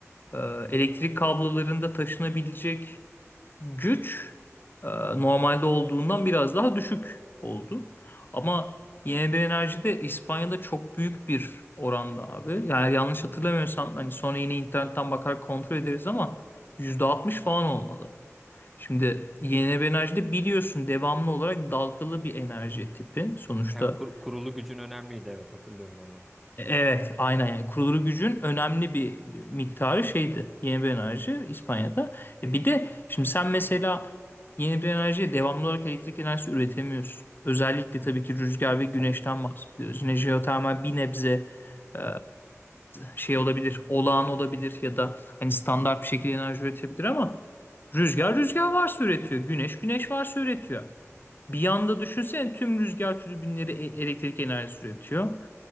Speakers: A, on the left; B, in the centre.
A: Ee, elektrik kablolarında taşınabilecek güç e, normalde olduğundan biraz daha düşük oldu. Ama yenilenebilir enerjide İspanya'da çok büyük bir oranda abi. Yani yanlış hatırlamıyorsam hani sonra yine internetten bakar kontrol ederiz ama %60 falan olmalı. Şimdi yenilenebilir enerji de biliyorsun devamlı olarak dalgalı bir enerji tipi. Sonuçta
B: Yani kur- kurulu gücün önemliydi. Evet hatırlıyorum onu.
A: e- Evet, aynen yani kurulu gücün önemli bir miktarı şeydi yenilenebilir enerji İspanya'da. E bir de şimdi sen mesela yenilenebilir enerjiye devamlı olarak elektrik enerjisi üretemiyorsun. Özellikle tabii ki rüzgar ve
B: E,
A: güneşten
B: tabii.
A: bahsediyoruz. Yine jeotermal bir nebze e, şey olabilir, olağan olabilir ya da hani standart bir şekilde enerji üretebilir ama rüzgar rüzgar varsa üretiyor, güneş güneş varsa üretiyor. Bir yanda düşünsene tüm rüzgar türbinleri e- elektrik enerjisi üretiyor